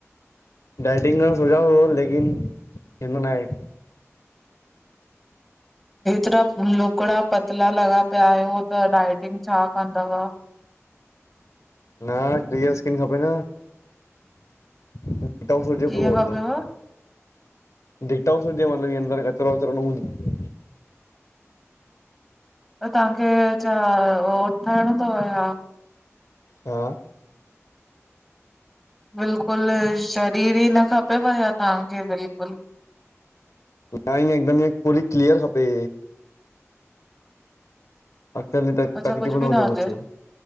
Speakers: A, on the left (about 80°); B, in the centre.
A: डाइटिंग सोचां वो लेकिन थींदो नाहे।
B: एतिरा लुकड़ा पतला लॻा पिया आयो, त डायटिंग छा कंदव?
A: न डी स्किन खपे न। वटउसरजे
B: कीअं
A: पूरो हूंदा
B: खपेव
A: <unintelligible> डिटॉक्स हुजे मतलब ईयं अंदर कचरो वचरो न‌ हुज
B: त तव्हांखे छा उ ठहिणो तव या?
A: हा।
B: बिल्कुलु शरीर ई न खपेव या तांखे बिल्कुलु।
A: न ईंय हिकदमि इएंं पुली क्लीअर खपे। अ त त
B: अच्छा
A: तखे
B: कुझु
A: जीव
B: बि
A: नहजे
B: न हुजे